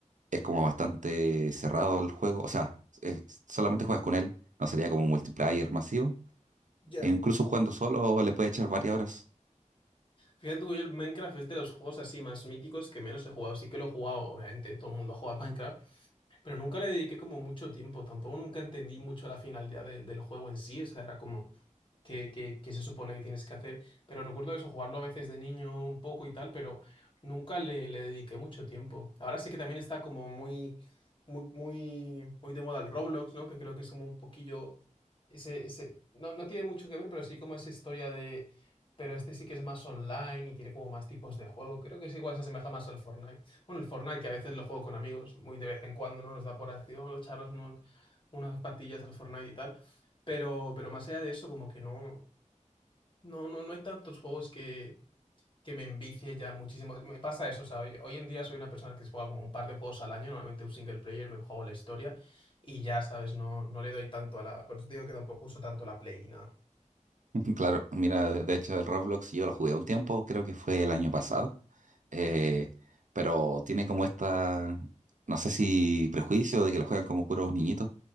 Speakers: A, on the right; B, on the left.
A: es como bastante cerrado el juego, o sea, es- solamente juegas con él, no sería como un multiplayer masivo.
B: Ya.
A: E incluso jugando solo le puede echar varias horas.
B: Fíjate tú que yo el Minecraft es de los juegos así más míticos que menos he jugado. Sí que lo he jugado, obviamente, todo el mundo juega Minecraft, pero nunca le dediqué como mucho tiempo. Tampoco nunca entendí mucho la finalidad de- del juego en sí. O sea, era como, que, que- que se supone que tienes que hacer. Pero recuerdo eso, jugarlo a veces de niño un poco y tal, pero nunca le, le dediqué mucho tiempo. Ahora sí que también está como muy, muy, muy, muy de moda el Roblox, ¿no? Que creo que es como un poquillo ese, ese, no, no tiene mucho que ver, pero sí como esa historia de, pero este sí que es más online y tiene como más tipos de juego. Creo que es igual se asemeja más al Fortnite. Bueno, el Fortnite que a veces lo juego con amigos, muy de vez en cuando, ¿no? Nos da por así, vamos a echaros unos, unas partillas al Fortnite y tal. Pero, pero más allá de eso, como que no, no, no, no hay tantos juegos que, que me envicie ya muchísimo. Me pasa eso, o sea, hoy, hoy en día soy una persona que se juega como un par de juegos al año, normalmente un single player, me juego la historia y ya, ¿sabes? No, no le doy tanto a la... Por eso te digo que tampoco uso tanto la Play ni nada.
A: <laughs> Claro, mira, de de hecho el Roblox yo lo jugué un tiempo, creo que fue el año pasado. eh, pero tiene como esta, no sé si prejuicio de que lo juegan como puros niñitos,